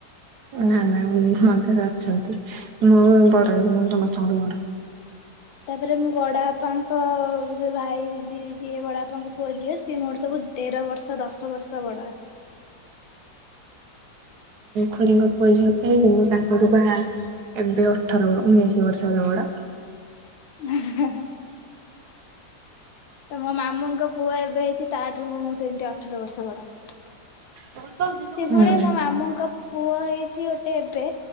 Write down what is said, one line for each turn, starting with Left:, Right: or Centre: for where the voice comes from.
Right: ନା ନା ମୋ ତଳେ ଅଛନ୍ତି। ମୁଁ ବଡ଼। ମୁଁ ସମସ୍ତଙ୍କ ଠୁ ବଡ଼। <inaudible>
Left: ତାପରେ ମୋ ବଡ ବାପାଙ୍କ ସେ ଭାଇ ଦିଦି ଯିଏ ବଡ ବାପାଙ୍କ ପୁଅ ଝିଅ ସିଏ ମୋଠୁ ସବୁ ତେର ବର୍ଷ ଦଶ ବର୍ଷ ବଡ଼।
Right: ଖୁଡିଙ୍କ ପୁଅ ଝିଅ ବି ମୁଁ ତା ମୋଠୁ ବା ଏବେ ଅଠର ଉଣେଇଶି ବର୍ଷର ବଡ଼।
Left: <inaudible> ତ ମୋ ମାମୁଙ୍କ ପୁଅ ଏବେ ହେଇଚି ତାଠୁ ମୁଁ ସେମିତି ଅଠର ବର୍ଷ ବଡ। ସେ
Right: ହୁଁ
Left: ପୁଣି ମୋ ମାମୁଁଙ୍କ ପୁଅ ହେଇଛି ଗୋଟେ ଏବେ